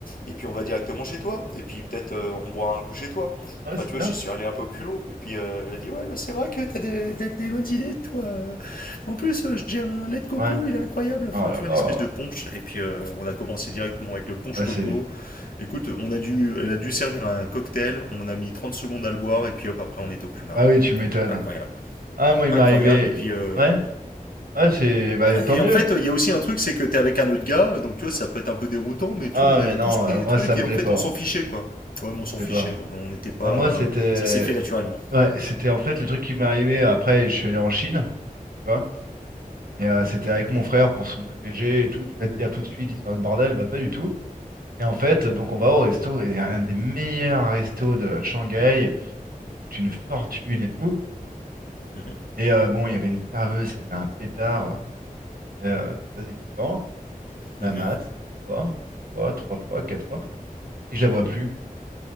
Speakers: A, on the left (about 70°); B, on the right (about 80°).
A: et puis on va directement chez toi, et puis peut-être euh, on boira un coup chez toi.
B: Ouais,
A: Enfin
B: c'est
A: tu
B: bien
A: vois, j'y
B: ça.
A: suis allé un peu au culot, et puis euh, elle a dit, ouais, bah, c'est vrai que t'as des, des, des bonnes idées, toi. En plus, euh, j'ai un lait de coco,
B: Ouais.
A: il est incroyable. Enfin
B: Ah là
A: tu vois,
B: là,
A: une espèce de punch, et puis euh, on a commencé directement avec le punch
B: bah
A: coco.
B: c'est bien.
A: Écoute, on a dû, elle a dû servir un cocktail, on a mis 30 secondes à le boire, et puis hop, après
B: Oh
A: on
B: là
A: était
B: là.
A: au plumard.
B: Bah oui, tu m'étonnes.
A: Incroyable.
B: Ah moi il
A: Incroyable.
B: m'est arrivé.
A: Et puis,
B: i-
A: euh,
B: Ouais, ouais c'est bah tant
A: et
B: mieux.
A: en fait, il y a aussi un truc, c'est que t'es avec un autre gars, donc tu vois, ça peut être un peu déroutant, mais tu
B: Ah
A: vois, on avait
B: mais
A: tous
B: non,
A: pris
B: euh,
A: des
B: moi
A: trucs
B: ça me
A: et
B: plaît
A: en fait,
B: pas.
A: on
B: hein.
A: s'en fichait, quoi. Quand même, on
B: Ça
A: s'en
B: me plaît
A: fichait.
B: pas.
A: On n'était pas.
B: Bah moi c'était
A: Ça s'est fait naturellement.
B: ouais, c'était en fait le truc qui m'est arrivé après je suis allé en Chine, tu vois. Et euh, c'était avec
A: Mhm,
B: mon frère pour son EVG et tout, tu vas te dire tout de suite histoire de bordel, bah pas du tout. Et en fait, donc on va au resto et un des meilleurs restos de Shanghai, qui coûte une fortune et tout.
A: mhm,
B: Et euh, bon, il y avait une serveuse, c'était un pétard, euh, c'était, euh, très excitant.
A: mhm,
B: je la mate, une fois, deux fois, trois fois, quatre fois, puis je la vois
A: mhm.
B: plus.